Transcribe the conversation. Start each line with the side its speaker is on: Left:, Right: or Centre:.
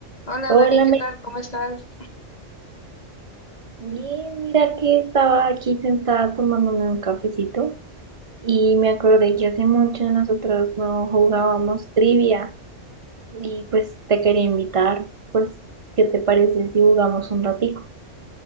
Left: Hola
Right: Hola,
Left: Dani, ¿qué
Right: me...
Left: tal? ¿Cómo estás?
Right: bien, mira que estaba aquí sentada tomándome un cafecito y me acordé que hace mucho nosotros no jugábamos trivia y pues te quería invitar, pues, ¿qué te parece si jugamos un ratico?